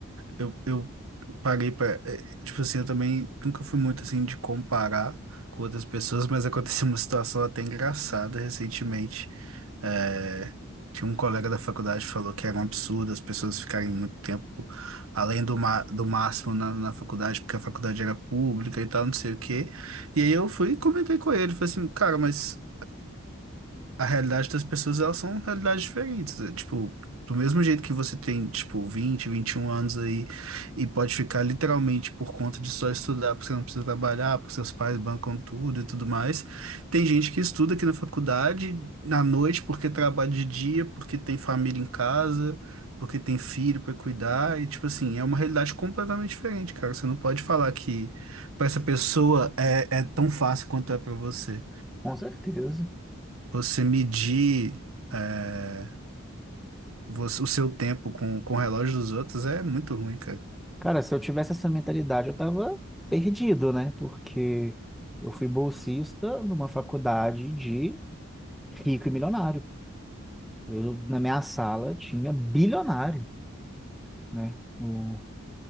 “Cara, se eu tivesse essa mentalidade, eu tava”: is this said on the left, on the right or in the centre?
Centre